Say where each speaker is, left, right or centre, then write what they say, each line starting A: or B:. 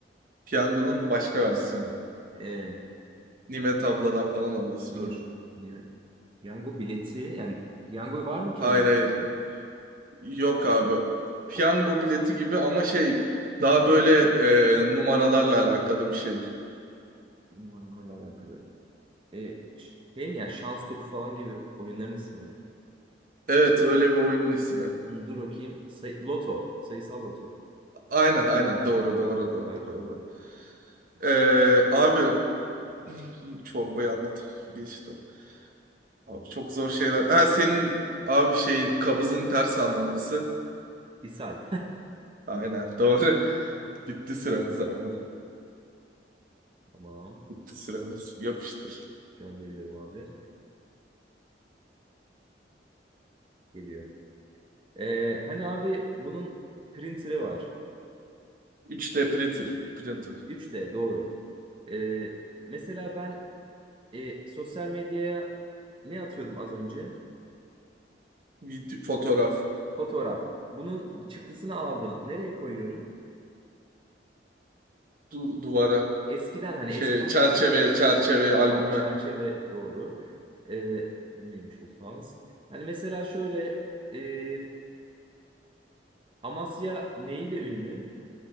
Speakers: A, on the right; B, on the right.
A: Piyangonun başka versiyonu.
B: E,
A: Nimet abladan falan alıyorsun
B: dur.
A: yani.
B: Nimet. Piyango bileti yani piyango var mı kelimenin
A: Hayır hayır.
B: içinde?
A: Yok abi. Piyango bileti gibi ama şey daha böyle e, numaralarla alakalı bir şey.
B: numaralarla alakalı. E, şey mi ya şans topu falan gibi oyunların ismi mi?
A: Evet öyle bir oyunun ismi.
B: Hmm, dur bakayım. Say- loto. Sayısal loto.
A: Aynen aynen doğru doğru doğru
B: Var.
A: doğru. E, abi <clears throat> çorbayı anlat geçtim. Abi çok zor şeyler. Ha senin abi şeyin kabızın ters anlamlısı.
B: İshal.
A: Aynen doğru. <laughs> Bitti süremiz abi.
B: Tamam.
A: Bitti süremiz. Yapıştır.
B: Gönderiyorum abi. Geliyor. E, hani abi bunun printer'ı var.
A: 3D printer. Printer.
B: 3D doğru. E, mesela ben e, sosyal medyaya ne atıyordum az önce?
A: Video- Fotoğraf.
B: Fotoğraf. Bunun çıktısını aldım. Nereye koyuyorum?
A: Du duvara.
B: Eskiden hani
A: Şey,
B: eskiden
A: çerçeve,
B: düşün.
A: çerçeve
B: Süper.
A: albüme.
B: Çerçeve doğru. Ee, bu neymiş bu faz? Hani mesela şöyle e, Amasya neyle ünlü?